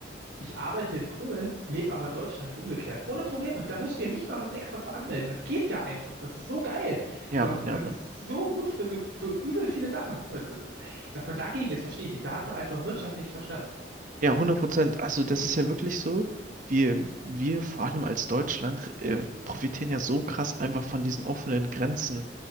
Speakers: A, on the right; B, on the right.
A: ich arbeite in Polen, lebe aber in Deutschland und umgekehrt. Ohne Probleme. Da musst du ja nicht mal was extra für anmelden. Das geht ja einfach. Das ist so geil.
B: ja,
A: So,
B: Mann, ja,
A: das
B: Mann.
A: ist so gut für so, für übel viele Sachen. Und das, dass man dagegen ist, verstehe ich nicht. Da hat man einfach Wirtschaft nicht verstanden.
B: Ja,
A: So.
B: hundert Prozent. Also das ist ja wirklich so. Wir, wir vor allem als Deutschland äh, profitieren ja so krass einfach von diesen offenen Grenzen.